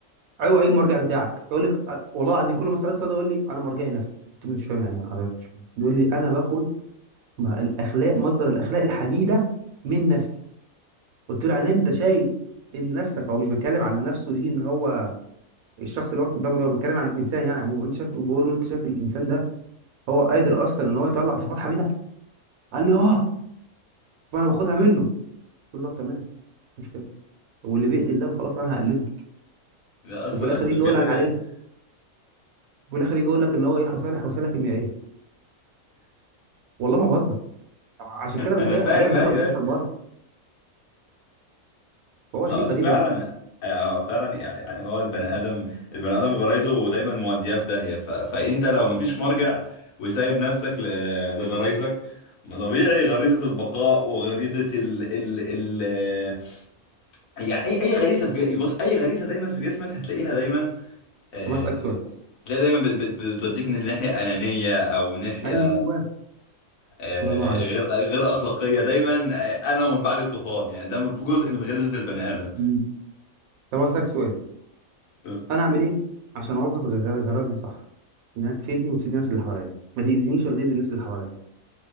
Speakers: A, on the right; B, on the left.
A: ايوه ايوه المرجع بتاعك يقول لك اه، والله العظيم كل ما اسال السؤال ده يقول لي انا مرجعي نفسي قلت له مش فاهم يعني ايه حضرتك مش فاهم بيقول لي انا باخد ما الاخلاق مصدر الاخلاق الحميده من نفسي قلت له يعني انت شايف ان نفسك هو مش بيتكلم عن نفسه دي ان هو الشخص اللي واقف قدامه ده بيتكلم عن الانسان يعني عموما انت شايف بقول له انت شايف الانسان ده هو قادر اصلا ان هو يطلع صفات حميده قال لي اه فانا باخدها منه قلت له طب تمام مش مشكله واللي بيقتل ده خلاص انا هقلده
B: لا اصل
A: وفي الاخر
B: اصل
A: يجي يقول
B: بجد
A: لك عليه
B: <laughs>
A: وفي الاخر يجي يقول لك ان هو ايه حوصله حوصله كيميائيه والله ما بهزر عشان كده بتلاقي
B: انا فاهم
A: حاجات غريبه
B: ايوه
A: بتحصل
B: ايوه
A: بره فهو
B: ما
A: شيء
B: اصل
A: غريب
B: فعلا
A: يا عم
B: هو فعلا يعني هو البني ادم البني ادم غرايزه دايما مودياه في داهيه ف... فانت لو مفيش مرجع وسايب نفسك ل... لغرايزك ما طبيعي غريزه البقاء وغريزه ال ال ال يعني اي اي غريزه في ج... بص اي غريزه دايما في جسمك هتلاقيها دايما آه،
A: طب أنا اسالك سؤال
B: تلاقي دايما بت- بت- بتوديك ناحية أنانية أو ناحية
A: ايوه
B: آه،
A: الله ينور عليك
B: غير غير أخلاقية دايما آه، أنا ومن بعد الطوفان يعني ده جزء من غريزة البني آدم
A: مم. طب أنا اسالك سؤال
B: آه،
A: انا اعمل ايه عشان اوظف الغرض دي صح انها تفيدني وتفيد الناس اللي حواليا ما تاذينيش ولا تاذي الناس اللي حواليا